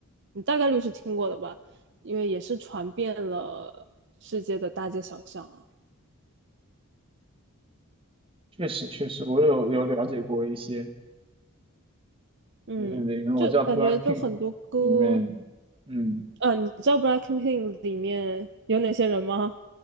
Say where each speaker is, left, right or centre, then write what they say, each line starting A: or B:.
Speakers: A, on the right; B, on the right.
A: 你大概率是听过的吧，因为也是传遍了世界的大街小巷啊。
B: 确实确实，我有有了解过一些，
A: 嗯，
B: 就是里面我知道
A: 就感觉就很多歌，
B: BLACKPINK 里面，嗯。
A: 啊，你知道 BLACKPINK 里面有哪些人吗？